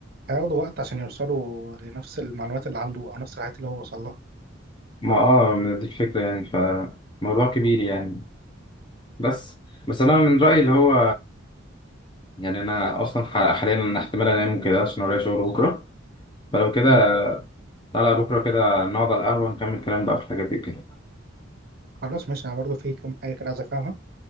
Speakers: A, on the right; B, on the left.
A: هياخدوا وقت عشان يوصلوا لنفس المعلومات اللي عنده او نفس الحاجات اللي هو وصل لها
B: ما اه ما دي الفكرة يعني فموضوع كبير يعني بس بس انا من رأيي اللي هو يعني انا اصلا ح- حاليا انا احتمال انام وكده عشان ورايا شغل بكرة فلو كده
A: مم.
B: تعالى بكرة كده نقعد على القهوة نكمل كلام بقى في الحاجات دي كده
A: خلاص ماشي انا برضو في كم حاجه كده عايز افهمها